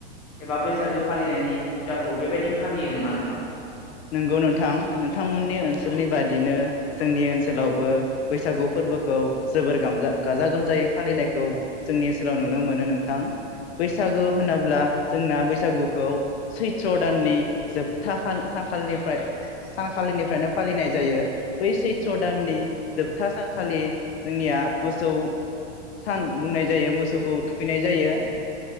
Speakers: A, on the left (about 15°); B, on the left (about 65°).
A: एबा बैसागो फालिनायनि हुदाखौ बेबादि फालियो नामा नोंथां
B: नंगौ नोंथां, नोंथांमोननि ओनसोलनि बादिनो जोंनि ओनसोलावबो बैसागो फोर्बोखौ जोबोर गामजा गाजा गोमजायै फालिनायखौ जोंनि ओनसोलाव नुनो मोनो नोंथां बैसागो होनोब्ला जोंनि बैसागोखौ सैथ्र दाननि जोबथा सानखालिनिफ्राय सानखालिनिफ्रायनो फालिनाय जायो बै सैथ्र दाननि जोबथा सान खालि जोंनिया मोसौ सान बुंनाय जायो मोसौखौ थुखैनाय जायो